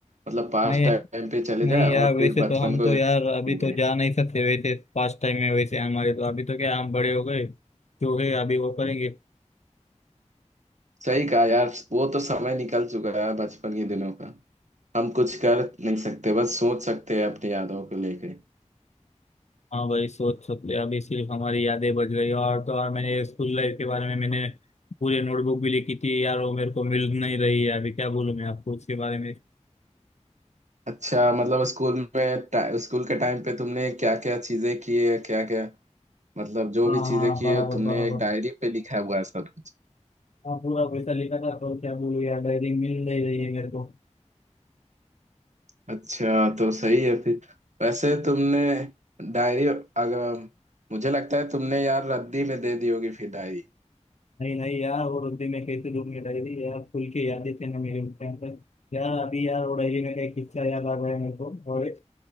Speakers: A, on the right (about 75°); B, on the left (about 65°).
A: मतलब पास्ट
B: नहीं
A: टाइम पे चले जाएं
B: नहीं यार
A: और
B: वैसे
A: फिर बचपन
B: तो हम तो
A: को
B: यार
A: जी
B: अभी तो
A: लें
B: जा नहीं सकते वैसे पास्ट टाइम में वैसे हमारे तो अभी तो क्या हम बड़े हो गए जो है अभी वो करेंगे
A: सही कहा यार वो तो समय निकल चुका है बचपन के दिनों का हम कुछ कर नहीं सकते बस सोच सकते हैं अपनी यादों को लेके
B: हाँ भाई सोच सकते अभी सिर्फ हमारी यादें बच गई और तो और मैंने स्कूल लाइफ के बारे में मैंने पूरी नोटबुक भी लिखी थी यार वो मेरे को मिल नहीं रही है अभी क्या बोलूँ मैं आपको उसके बारे में
A: अच्छा मतलब स्कूल में टा- स्कूल के टाइम पे तुमने क्या क्या चीजें की है क्या क्या मतलब जो
B: हाँ
A: भी चीजें
B: हाँ
A: की
B: बराबर
A: है तुमने
B: बराबर
A: एक डायरी पे लिखा हुआ है सब
B: हाँ पूरा पैसा लिखा था तो क्या बोलूँ यार डायरी मिल नहीं रही है मेरे को
A: अच्छा तो सही है फिर वैसे तुमने डायरी अगर मुझे लगता है तुमने यार रद्दी में दे दी होगी फिर डायरी
B: नहीं नहीं यार वो रुपये में कैसे दूंगी डायरी यार खुल के याद देते ना मेरे उस टाइम पर यार अभी यार वो डायरी में का एक किस्सा याद आ गया है मेरे को और